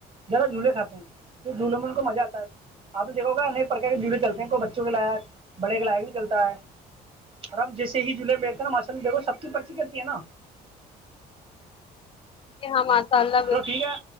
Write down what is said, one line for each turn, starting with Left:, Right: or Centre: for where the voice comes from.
Right: زیادہ جھولے کھاتے ہیں تو جھولے میں ان کو مزہ آتا ہے آپ نے دیکھو گا ایک پرک کے جڑو چلتے ہیں کوئی بچوں کے لائق بڑے کے لائق بھی چلتا ہے اور ہم جیسے ہی جھولے بیٹے نا ماشاء اللہ دیکو سب کی پرچی کرتی ہے نا
Left: جی ہاں ماشاء اللہ بالکل
Right: چلو ٹھیک ہے